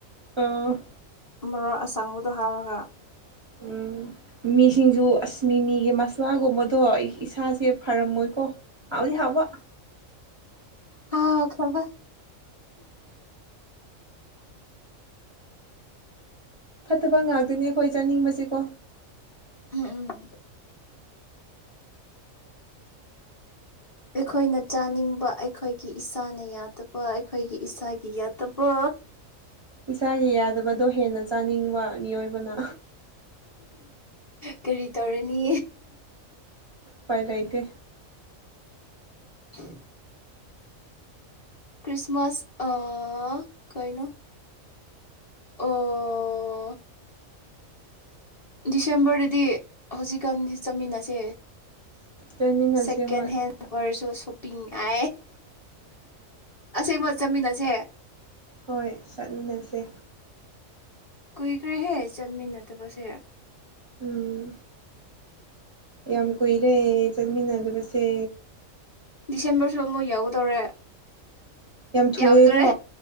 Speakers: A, on the right; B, on the left.
A: ꯑ
B: ꯃꯔꯣ ꯑꯁꯪꯕꯗꯣ ꯍꯥꯎꯔꯒ
A: ꯎꯝ ꯃꯤꯁꯤꯡꯁꯨ ꯑꯁꯃꯤꯃꯤꯒꯤ ꯃꯁꯂꯥꯒꯨꯝꯕꯗꯣ ꯏꯁꯥꯁꯦ ꯐꯔꯝꯃꯣꯏꯀꯣ ꯍꯧꯗꯤ ꯍꯕ
B: ꯍꯥꯎꯈ꯭ꯔꯕ
A: ꯐꯠꯇꯕ ꯉꯥꯛꯇꯅꯦ ꯑꯩꯈꯣꯏ ꯆꯥꯅꯤꯡꯕꯁꯦꯀꯣ
B: ꯎꯝ ꯎꯝ ꯑꯩꯈꯣꯏꯅ ꯆꯥꯅꯤꯡꯕ ꯑꯩꯈꯣꯏꯒꯤ ꯏꯁꯥꯅ ꯌꯥꯗꯕ ꯑꯩꯈꯣꯏꯒꯤ ꯏꯁꯥꯒꯤ ꯌꯥꯗꯕ
A: ꯏꯁꯥꯒꯤ ꯌꯥꯗꯕꯗꯣ ꯍꯦꯟꯅ ꯆꯥꯅꯤꯡꯕ ꯃꯤꯑꯣꯏꯕꯅ
B: <inaudible> ꯀꯔꯤ ꯇꯧꯔꯅꯤ
A: ꯄꯥꯏ ꯂꯩꯇꯦ
B: ꯍ ꯀ꯭ꯔꯤꯁꯃꯁ ꯑ ꯀꯣꯏꯅꯣ ꯑꯣ ꯗꯤꯁꯦꯝꯕꯔꯗꯗꯤ ꯍꯧꯖꯤꯛꯀꯥꯟꯗꯤ ꯆꯠꯃꯤꯟꯅꯁꯦ
A: ꯆꯠꯃꯤꯟꯅꯁꯦ
B: ꯁꯦꯀ
A: ꯍꯣꯏ
B: ꯍꯦꯟ ꯋꯥꯔꯁꯨꯁ ꯁꯣꯄꯤꯡ ꯑ ꯑꯁꯦꯡꯕ ꯆꯠꯃꯤꯟꯅ ꯑꯁꯦ
A: ꯍꯣꯏ ꯆꯠꯃꯤꯟꯅꯁꯦ
B: ꯀꯨꯏꯈ꯭ꯔꯦꯍꯦ ꯆꯠꯃꯤꯟꯅꯠꯇꯕꯁꯦ
A: ꯎꯝ ꯌꯥꯝ ꯀꯨꯏꯔꯦ ꯆꯠꯃꯤꯟꯅꯗꯕꯁꯦ
B: ꯗꯤꯁꯦꯝꯕꯔꯁꯨ ꯑꯃꯨꯛ ꯌꯥꯎꯒꯗꯧꯔꯦ
A: ꯌꯥꯝ ꯊꯨꯑꯦꯀꯣ
B: ꯌꯥꯗꯣꯔꯦ